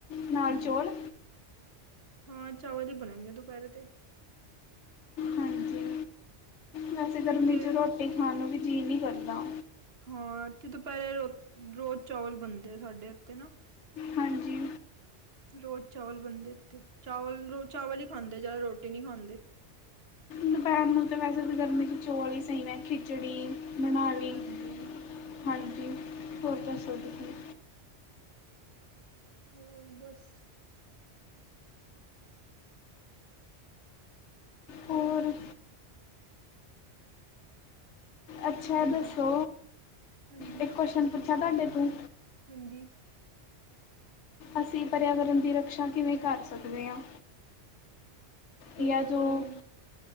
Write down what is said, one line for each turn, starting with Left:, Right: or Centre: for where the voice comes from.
Left: ਨਾਲ
Right: ਹਾਂਜੀ
Left: ਚੌਲ
Right: ਹਾਂ ਚਾਵਲ ਹੀ ਬਣਣਗੇ ਦੁਪਹਿਰੇ ਤੇ
Left: ਹਾਂਜੀ ਵੈਸੇ ਗਰਮੀ
Right: ਤੇ
Left: 'ਚ ਰੋਟੀ ਖਾਣ ਨੂੰ ਵੀ ਜੀਅ ਨਹੀਂ ਕਰਦਾ
Right: ਹਾਂ ਇਥ ਦੁਪਹਿਰੇ ਰੋ ਰੋਜ਼ ਚਾਵਲ ਬਣਦੇ ਆ ਸਾਡੇ ਇੱਥੇ ਨਾ
Left: ਹਾਂਜੀ
Right: ਰੋਜ਼ ਚਾਵਲ ਬਣਦੇ ਇੱਥੇ ਚਾਵਲ ਰੋਜ ਚਾਵਲ ਹੀ ਖਾਂਦੇ ਜਾਦਾ ਰੋਟੀ ਨਹੀਂ ਖਾਂਦੇ
Left: ਦੁਪਹਿਰ ਨੂੰ ਤਾਂ ਵੈਸੇ ਤਾਂ ਗਰਮੀ ' ਚੌਲ ਹੀ ਸਹੀ ਨੇ ਖਿਚੜੀ ਬਨਾਲੀ
Right: ਹਾਂਜੀ
Left: ਹਾਂਜੀ ਹੋਰ ਦੱਸੋ ਤੁਸੀ
Right: ਹੋਰ ਬਸ
Left: ਹੋਰ ਅੱਛਾ
Right: ਹੋਰ
Left: ਦੱਸੋ
Right: ਤੁ ਹਾਂਜੀ
Left: ਇੱਕ ਕੋਸ਼ਚਨ ਪੁੱਛਾ ਤੁਹਾਡੇ ਤੋਂ
Right: ਹਾਂਜੀ
Left: ਅਸੀਂ ਪਰਿਆਵਰਨ ਦੀ ਰਕਸ਼ਾ ਕਿਵੇਂ ਕਰ ਸਕਦੇ ਹਾਂ?
Right: ਪਰਿਆਵਰਨ
Left: ਯਾ ਜੋਂ